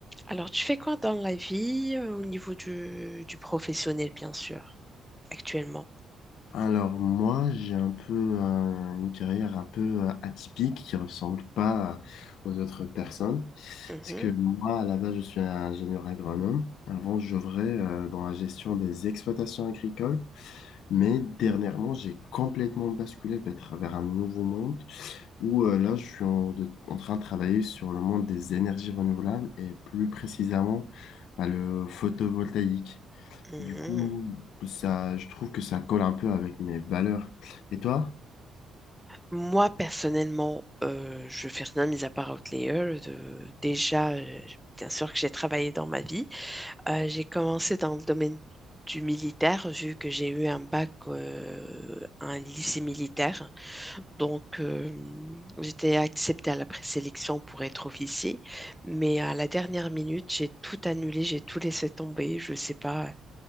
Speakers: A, in the centre; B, on the left.
A: Alors, tu fais quoi dans la vie euh, au niveau du, du professionnel, bien sûr, actuellement?
B: Alors moi, j'ai un peu euh, une carrière un peu euh, atypique qui ressemble pas à- aux autres personnes.
A: Mhm,
B: Parce que moi, à la base, je suis un ingénieur agronome. Avant, j'œuvrais euh, dans la gestion des exploitations agricoles, mais dernièrement, j'ai complètement basculé vers, vers un nouveau monde où euh, là, je suis en, de- en train de travailler sur le monde des énergies renouvelables et plus précisément bah, le photovoltaïque.
A: mhm.
B: Du coup, ça, je trouve que ça colle un peu avec mes valeurs. Et toi,
A: Moi, personnellement, euh, je fais rien mis à part Outlier. De- déjà, euh, bien sûr que j'ai travaillé dans ma vie. Euh, j'ai commencé dans le domaine du militaire, vu que j'ai eu un bac euh, à un lycée militaire. Donc, euh, j'étais acceptée à la présélection pour être officier, mais à la dernière minute, j'ai tout annulé, j'ai tout laissé tomber. Je sais pas,